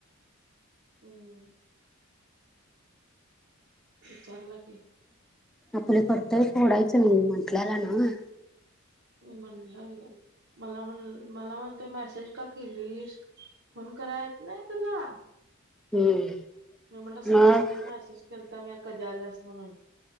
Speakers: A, on the right; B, in the centre.
A: हम्म विचारला की,
B: आपल कर्तव्य सोडायचं नाही म्हंटल्याला ना
A: म्हणलं मी मला म्हण मला म्हणते मेसेज का केलीस फोन कराय यत नाय तुला
B: हम्म
A: मी म्हटल सकाळ
B: मग
A: सकाळी मेसेज केलता म्या कधी आलास म्हणून